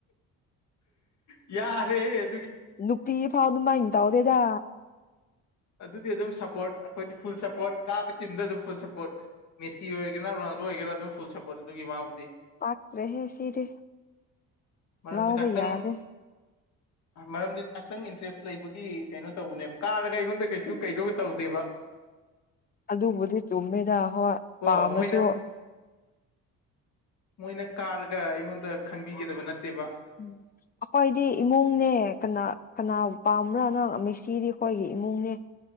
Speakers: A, on the left; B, on the left.
A: ꯌꯥꯔꯦ
B: ꯅꯨꯄꯤ ꯐꯥꯎ ꯑꯗꯨ ꯃꯥꯏꯟ ꯇꯧꯗꯦꯗ
A: ꯑꯗꯨꯗꯤ ꯑꯗꯨꯝ ꯁꯞꯄꯣꯔꯠ ꯑꯩꯈꯣꯏꯗꯤ ꯐꯨꯜ ꯁꯞꯄꯣꯔꯠ ꯀꯥꯕ ꯇꯤꯝꯗ ꯑꯗꯨꯝ ꯐꯨꯜ ꯁꯞꯄꯣꯔꯠ ꯃꯦꯁꯤ ꯑꯣꯏꯔꯒꯅ ꯔ ꯑꯣꯏꯒꯦꯔꯥ ꯑꯗꯨꯝ ꯐꯨꯜ ꯁꯄꯣꯔꯠ ꯑꯗꯨꯒꯤ ꯋꯥꯕꯨꯗꯤ
B: ꯄꯥꯛꯇꯔ꯭ꯦꯍꯦ ꯁꯤꯗꯤ
A: ꯃꯔꯝꯗꯤ
B: ꯂꯧꯕꯥ
A: ꯉꯥꯛꯇꯪ
B: ꯌꯥꯗꯦ
A: ꯃꯔꯝꯗꯤ ꯉꯥꯏꯍꯥꯛꯇꯪ ꯏꯟꯇꯔꯦꯁ ꯂꯩꯕꯒꯤ ꯀꯩꯅꯣ ꯇꯧꯕꯅꯦꯕ ꯀꯥꯔꯒ ꯑꯩꯉꯣꯟꯗ ꯀꯩꯁꯨ ꯀꯩꯅꯣ ꯇꯧꯗꯦꯕ <inaudible>
B: ꯑꯗꯨꯕꯨꯗꯤ ꯆꯨꯝꯃꯤꯗ ꯍꯣꯏ
A: ꯀꯣ
B: ꯄꯥꯝꯃꯥꯁꯨ
A: ꯃꯣꯏꯅ ꯃꯣꯏꯅ ꯀꯥꯔꯒ ꯑꯩꯉꯣꯟꯗ ꯈꯪꯕꯤꯒꯗꯕ ꯅꯠꯇꯦꯕ
B: ꯎꯝ ꯑꯩꯈꯣꯏꯗꯤ ꯏꯃꯨꯡꯅꯦ ꯀꯅꯥ ꯀꯅꯥ ꯄꯥꯝꯕ꯭ꯔꯥ ꯅꯪ ꯃꯦꯁꯤꯗꯤ ꯑꯩꯈꯣꯏꯒꯤ ꯏꯃꯨꯡꯅꯦ